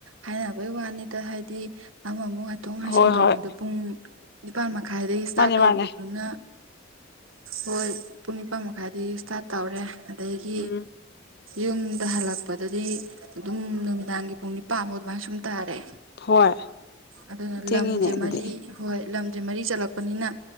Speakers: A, on the right (about 85°); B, on the left (about 55°).
A: ꯍꯥꯏꯅꯕꯩ ꯋꯥꯅꯤꯗ ꯍꯥꯏꯗꯤ ꯑꯃꯃꯨꯛ ꯉꯥꯏꯊꯣꯛ ꯉꯥꯏꯁꯤꯟ
B: ꯍꯣꯏ
A: ꯇꯧꯔꯤꯉꯩꯗ
B: ꯍꯣꯏ
A: ꯄꯨꯡ ꯅꯤꯄꯥꯥꯟ ꯃꯈꯥꯏꯗꯩ ꯏꯁꯇꯥꯔꯠ
B: ꯃꯥꯅꯦ
A: ꯇꯧꯕꯗꯨꯅ
B: ꯃꯥꯅꯦ
A: ꯍꯣꯏ ꯄꯨꯡ ꯅꯤꯄꯥꯟ ꯃꯈꯥꯏꯗꯩ ꯏꯁꯇꯥꯔꯠ ꯇꯧꯔꯦ ꯑꯗꯒꯤ
B: ꯎꯝ
A: ꯌꯨꯝꯗ ꯍꯜꯂꯛꯄꯗꯗꯤ ꯑꯗꯨꯝ ꯅꯨꯃꯤꯗꯥꯡꯒꯤ ꯄꯨꯡ ꯅꯤꯄꯥꯟꯃꯨꯛ ꯑꯗꯨꯃꯥꯏ ꯁꯨꯝ ꯇꯥꯔꯦ
B: ꯍꯣꯏ
A: ꯑꯗꯨꯅ
B: ꯊꯦꯡꯉꯤꯅꯦ
A: ꯂꯝꯖꯦ
B: ꯑꯗꯨꯗꯤ
A: ꯃꯔꯤ ꯍꯣꯏ ꯂꯝꯖꯦ ꯃꯔꯤ ꯆꯠꯂꯛꯄꯅꯤꯅ